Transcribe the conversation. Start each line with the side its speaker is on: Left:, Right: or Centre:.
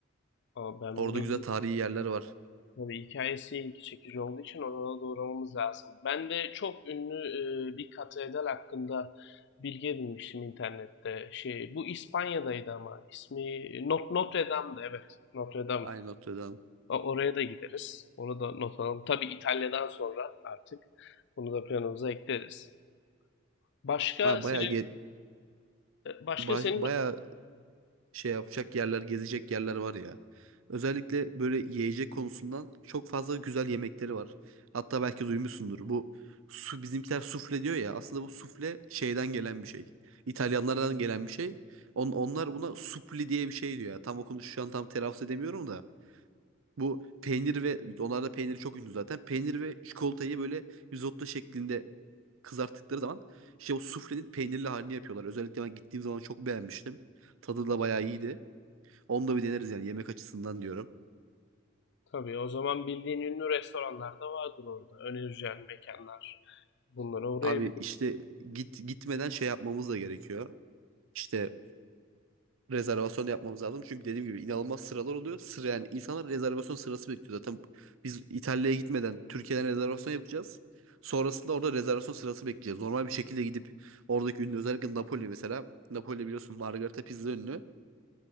Left: Ama ben
Right: Orada
Left: bunu
Right: güzel tarihi yerler var.
Left: tabii hikayesi ilgi çekici olduğu için oraya da uğramamız lazım. Ben de çok ünlü e, bir katedral hakkında bilgi edinmiştim internette. Şey, bu İspanya'daydı ama ismi Not Notre Dame'dı evet. Notre Dame.
Right: Aynı Notre Dame.
Left: O- Oraya da gideriz. Onu da not alalım. Tabii İtalya'dan sonra artık bunu da planımıza ekleriz. Başka
Right: Ha,
Left: senin
Right: bayağı ge-
Left: e, başka
Right: ba-
Left: senin
Right: bayağı şey yapacak yerler, gezecek yerler var ya. Özellikle böyle yiyecek konusundan çok fazla güzel yemekleri var. Hatta belki duymuşsundur. Bu su bizimkiler sufle diyor ya. Aslında bu sufle şeyden gelen bir şey. İtalyanlardan gelen bir şey. On, onlar buna supli diye bir şey diyor ya. Tam okunuşu şu an tam telaffuz edemiyorum da. Bu peynir ve onlarda peynir çok ünlü zaten. Peynir ve çikolatayı böyle risotto şeklinde kızarttıkları zaman işte o suflenin peynirli halini yapıyorlar. Özellikle ben gittiğim zaman çok beğenmiştim. Tadı da bayağı iyiydi. Onu da bir deneriz yani yemek açısından diyorum.
Left: tabii o zaman bildiğin ünlü restoranlar da vardır orada. Önereceğin mekanlar. Bunlara uğrayabiliriz.
Right: Abi işte git gitmeden şey yapmamız da gerekiyor. İşte rezervasyon yapmamız lazım. Çünkü dediğim gibi inanılmaz sıralar oluyor. Sıra yani insanlar rezervasyon sırası bekliyor. Zaten biz İtalya'ya gitmeden Türkiye'den rezervasyon yapacağız. Sonrasında orada rezervasyon sırası bekleyeceğiz. Normal bir şekilde gidip oradaki ünlü özellikle Napoli mesela. Napoli biliyorsun Margherita pizza ünlü.